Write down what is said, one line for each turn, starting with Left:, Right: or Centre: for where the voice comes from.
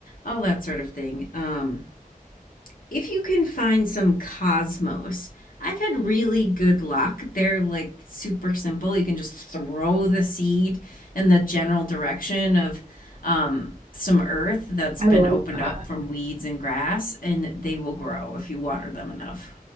Left: all that sort of thing. Um, If you can find some cosmos, I've had really good luck. They're like super simple. You can just throw the seed in the general direction of um, some earth that's
Right: I
Left: been
Right: like
Left: opened
Right: that.
Left: up from weeds and grass, and they will grow if you water them enough.